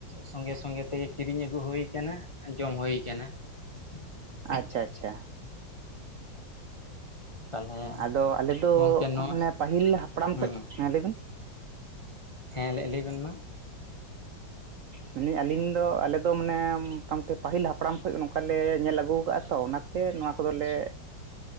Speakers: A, on the left (about 30°); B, on the right (about 75°).
A: ᱥᱚᱝᱜᱮ ᱥᱚᱝᱜᱮ ᱛᱮᱜᱮ ᱠᱤᱨᱤᱧ ᱟᱹᱜᱩ ᱦᱩᱭ ᱠᱟᱱᱟ ᱡᱚᱢ ᱦᱩᱭ ᱠᱟᱱᱟ ᱾
B: ᱟᱪᱪᱷᱟ ᱟᱪᱪᱷᱟ
A: ᱛᱟᱦᱚᱞᱮ
B: ᱟᱫᱚ ᱟᱞᱮ ᱫᱚ
A: ᱜᱚᱝᱠᱮ ᱱᱚᱣᱟ
B: ᱢᱟᱱᱮ ᱯᱟᱹᱦᱤᱞ ᱦᱟᱯᱲᱟᱢ
A: ᱦᱮᱸ
B: ᱠᱷᱚᱱ ᱢᱮᱱ ᱞᱮᱵᱮᱱ
A: ᱦᱮᱸ ᱞᱟᱹᱭ ᱞᱟᱹᱭ ᱵᱮᱱ ᱢᱟ
B: ᱢᱮᱱᱟᱱᱮ ᱟᱞᱤᱧ ᱫᱚ ᱟᱞᱮ ᱫᱚ ᱢᱟᱱᱮ ᱢᱚᱴᱟ-ᱢᱩᱴᱤ ᱯᱟᱹᱦᱤᱞ ᱦᱟᱯᱲᱟᱢ ᱠᱷᱚᱱ ᱱᱚᱝᱠᱟ ᱞᱮ ᱧᱮᱞ ᱟᱹᱜᱩ ᱟᱠᱟᱫᱟᱼᱟ ᱛᱚ ᱚᱱᱟ ᱛᱮ ᱱᱚᱣᱟ ᱠᱚᱫᱚ ᱞᱮ